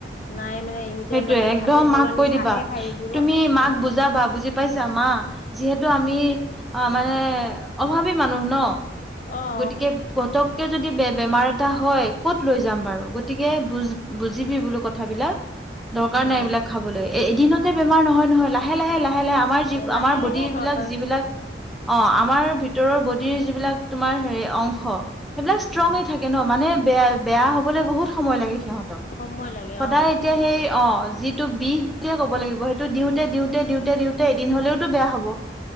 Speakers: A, on the left; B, in the centre.
A: নাই মানে এনি এতিয়া
B: সেইটোয়ে
A: মানে
B: একদম
A: ভাতৰ সলনি
B: মাক কৈ
A: চাহে
B: দিবা
A: খাই থাকিব
B: তুমি মাক
A: উম
B: বুজাবা বুজি পাইছা মা যিহেতু টো আমি অ মানে অভাৱী মানুহ ন?
A: অঁ।
B: গতিকে পতককে যদি বেমাৰ এটা হয় কত লৈ যাম বাৰু গতিকে বুজ- বুজিবি বোলো কথাবিলাক। দৰকাৰ
A: অ
B: নাই এইবিলাক খাবলৈ এদিনতে বেমাৰ নহয় নহয় লাহে লাহে লাহে লাহে আমাৰ যি
A: লাহে
B: আমাৰ বডী
A: লাহে হয়
B: বিলাক যিবিলাক অ আমাৰ ভিতৰৰ বডিৰ যিবিলাক তোমাৰ হেৰি অংশ সেইবিলাক ষ্ট্ৰঙে
A: অ
B: থাকে ন মানে বেয়া বেয়া হবলৈ বহুত সময় লাগে সিহঁত
A: সময়
B: সদায়
A: লাগে অ
B: এতিয়া সেই অ যিটো বিষ বুলিয়ে কব লাগিব সেইটো দিওঁতে দিওঁতে দিওঁতে তে, দিওঁতে এদিন হলেওতো বেয়া হব।